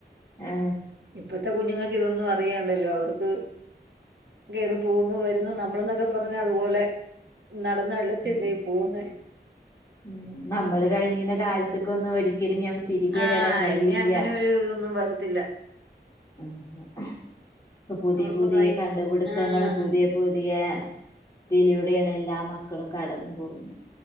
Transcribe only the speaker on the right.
ഇപ്പത്തെ കുഞ്ഞുങ്ങക്ക് ഇതൊന്നു ന്നും അറിയെണ്ടല്ലോ അവർക്ക് കെറി പോന്ന് വര്ന്ന് നമ്മൾന്നൊക്കെ പറഞ്ഞ അതുപോലെ നടന്നലച്ചല്ലേ
പോകുന്നെ
ആഹ്
ഇനി അങ്ങനെ ഒരു ഇതൊന്നും വരത്തില്ല
അവർക്കൊന്നും
ആയി
ആഹ്